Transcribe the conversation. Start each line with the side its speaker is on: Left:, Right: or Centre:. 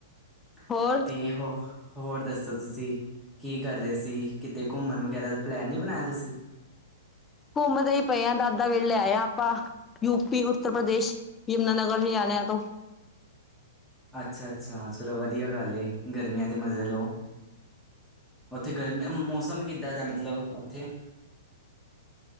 Centre: <unintelligible>
Left: ਹੋਰ
Centre: ਹੋਰ ਦੱਸੋ ਤੁਸੀਂ ਕੀ ਕਰ ਰਹੇ ਸੀ ਕਿਤੇ ਘੁੰਮਣ ਵਗੈਰਾ ਦਾ ਪਲੈਨ ਨਹੀਂ ਬਣਾਇਆ ਤੁਸੀਂ।
Left: ਘੁੰਮਦੇ ਹੀ ਪਏ ਆਂ <unintelligible> ਆਪਾਂ ਯੂਪੀ ਉੱਤਰ ਪ੍ਰਦੇਸ਼ ਯਮੁਨਾਨਗਰ ਹਰਿਆਣਿਆਂ ਤੋਂ।
Centre: ਅੱਛਾ ਅੱਛਾ ਚਲੋ ਵਧੀਆ ਗੱਲ ਏ ਗਰਮੀਆਂ ਦੇ ਮਜ਼ੇ ਲੋ ਉੱਥੇ ਗਰਮੀ ਮੌਸਮ ਕਿੱਦਾਂ ਦਾ ਮਤਲਬ ਉੱਥੇ